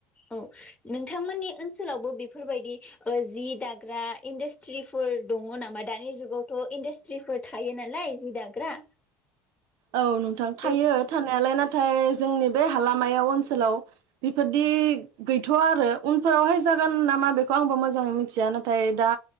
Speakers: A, on the left (about 20°); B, on the right (about 65°).
A: औ नोंथांमोननि ओनसोलावबो बेफोरबायदि ओ जि दाग्रा इन्डास्ट्रिफोर दंङ नामा दानि जुगावथ इन्डास्ट्रिफोर थायो नालाय जि दाग्रा
B: औ नोंथां
A: जों
B: थायो थानायालाय ना नाथाय जोंनि बे हालामायाव ओनसोलाव बिफोरदि गैथवा आरो उनफोरावहाय जागोन नामा बेखौ आंबो मोजांङै मिथिया नाथाय दा